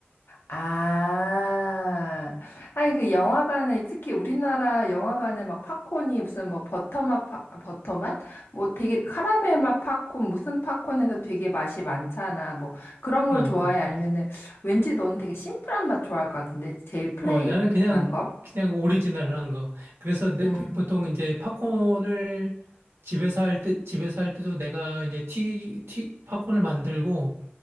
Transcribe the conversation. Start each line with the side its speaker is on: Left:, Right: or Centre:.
Left: 아, 아니, 그 영화관에, 특히 우리나라 영화관에 막 팝콘이 무슨 뭐 버터맛, 파- 버터맛? 뭐 되게 카라멜 맛 팝콘, 무슨 팝콘에서 되게 맛이 많잖아. 뭐 그런
Right: <laughs>
Left: 걸
Right: 어, 어,
Left: 좋아해? 아니면은
Right: 그렇지
Left: 왠지 너는 되게 심플한 맛 좋아할 것 같은데? 제일 플레인한
Right: 어, 나는 그냥,
Left: 거?
Right: 그냥 오리지널 한 거. 그래서 내,
Left: 음,
Right: 보통 이제 팝콘을 집에서 할 때, 집에서 할 때도 내가 이제 튀, 튀, 팝콘을 만들고,